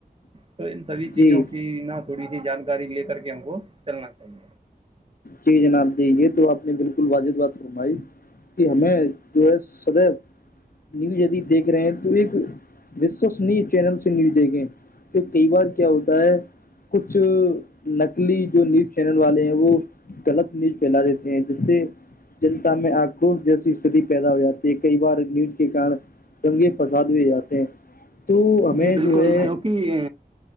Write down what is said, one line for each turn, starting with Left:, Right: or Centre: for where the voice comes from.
Right: تو ان سبھی چیزوں
Left: جی
Right: کی نہ تھوڑی سی جانکاری لے کر کے ہم کو چلنا چاہیے
Left: جی جناب دے تو آپ نے بالکل واجد بات فرمائی کہ ہمیں جو ہے سدو نیوز یدی دیکھ رہے ہیں تو ایک وشوسنی چینل سے نیوز دیکھیں تو کئی بار کیا ہوتا ہے کچھ نکلی جو نیوز چینل والے ہیں وہ غلط نیل پھیلا دیتے ہیں جس سے جنتا میں آکروش جیسی استتی پیدا ہو جاتی ہے کئی بار نیوز کے کارن دنگے فساد بھی جاتے ہیں تو ہمیں
Right: جی بالکل
Left: جو ہے
Right: کیونکہ